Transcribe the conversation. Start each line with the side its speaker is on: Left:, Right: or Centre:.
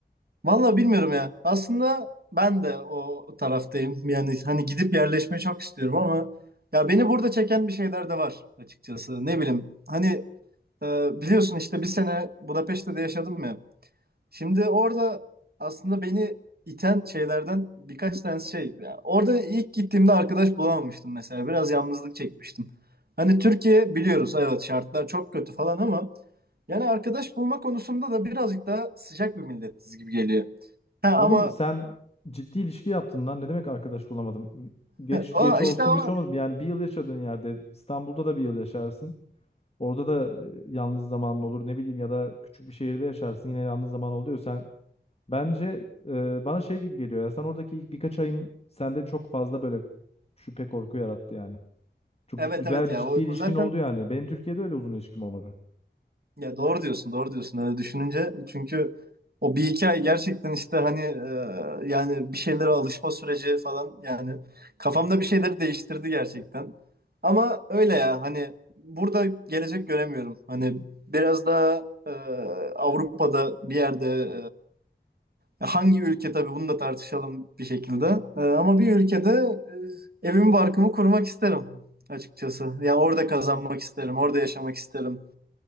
Right: Vallahi bilmiyorum ya. Aslında ben de o taraftayım. Yani hani gidip yerleşmeyi çok istiyorum ama ya beni burada çeken bir şeyler de var açıkçası. Ne bileyim. Hani e, biliyorsun işte bir sene Budapeşte'de yaşadım ya. Şimdi orada aslında beni iten şeylerden birkaç tanesi şey. Ya orada ilk gittiğimde arkadaş bulamamıştım mesela. Biraz yalnızlık çekmiştim. Hani Türkiye biliyoruz evet şartlar çok kötü falan ama yani arkadaş bulma konusunda da birazcık daha sıcak bir milletiz gibi geliyor. Ha,
Left: Oğlum
Right: ama
Left: sen ciddi ilişki yaptın lan ne demek arkadaş bulamadım? Geç
Right: o
Left: geç olsun
Right: işte ama
Left: güç olmasın yani bir yıl yaşadığın yerde İstanbul'da da bir yıl yaşarsın. Orada da e, yalnız zamanın olur ne bileyim ya da küçük bir şehirde yaşarsın yine yalnız zaman oluyor. Sen Bence e, bana şey gibi geliyor ya. Sen oradaki ilk birkaç ayın sende çok fazla böyle şüphe korku yarattı yani. Çok
Right: evet
Left: c- güzel
Right: evet ya
Left: bir ciddi
Right: o,
Left: ilişkin
Right: o zaten
Left: oldu yani. Benim Türkiye'de öyle uzun ilişkim olmadı.
Right: Ya doğru diyorsun, doğru diyorsun öyle düşününce. Çünkü o bir iki ay gerçekten işte hani e, yani bir şeylere alışma süreci falan yani kafamda bir şeyleri değiştirdi gerçekten. Ama öyle ya hani burada gelecek göremiyorum. Hani biraz daha e, Avrupa'da bir yerde e, hangi ülke tabii bunu da tartışalım bir şekilde. E, ama bir ülkede e, evimi barkımı kurmak isterim açıkçası. Ya orada kazanmak isterim, orada yaşamak isterim.